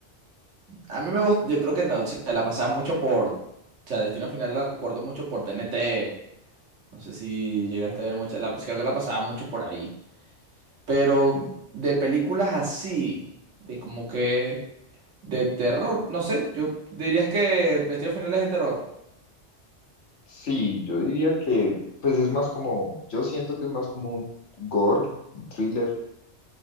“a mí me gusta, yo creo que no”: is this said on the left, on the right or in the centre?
Right